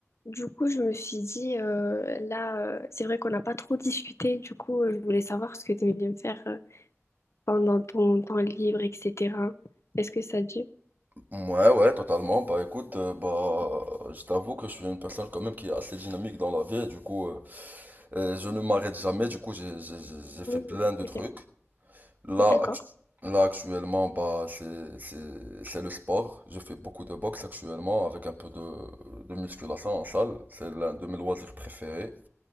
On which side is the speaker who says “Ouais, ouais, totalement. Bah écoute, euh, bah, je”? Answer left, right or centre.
Right